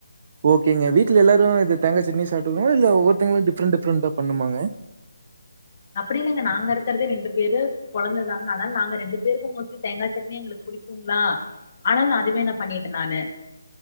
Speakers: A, on the right; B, on the left.
A: ஓகேங்க வீட்ல எல்லாரு இது தேங்காய் சட்னி சாப்புட்டுக்குவாங்க இல்ல ஒவ்வொருத்தங்களு டிஃப்ரெண்ட் டிஃப்ரெண்டா பண்ணுமாங்க
B: அப்படி இல்லைங்க நாங்க இருக்கிறதே ரெண்டு பேரு கொழந்ததாங்க அதனால நாங்க ரெண்டு பேருக்கு மோஸ்ட்லி தேங்காய் சட்னி எங்களுக்கு புடிக்குங்களா அதனால அதுவே பண்ணிட்டேன் நானு